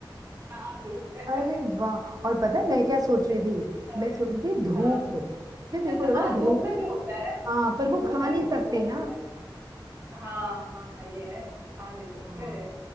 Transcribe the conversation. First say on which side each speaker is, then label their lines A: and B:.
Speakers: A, on the right (about 30°); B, on the right (about 50°).
A: हाँ दूध है
B: अरे
A: <laughs>
B: वाह और पता है मैं क्या सोच रही
A: विटामिन
B: थी मैं सोच रही थी धूप
A: हाँ धूप-
B: फिर
A: इसमें
B: मेरे को
A: हाँ
B: लगा
A: धूप
B: धूप
A: में भी होता है
B: हाँ पर वो
A: धूप
B: खा
A: है
B: नहीं
A: दूध
B: <laughs> सकते
A: दोनों
B: ना
A: है हाँ हाँ ये है खा नहीं सकते
B: हाँ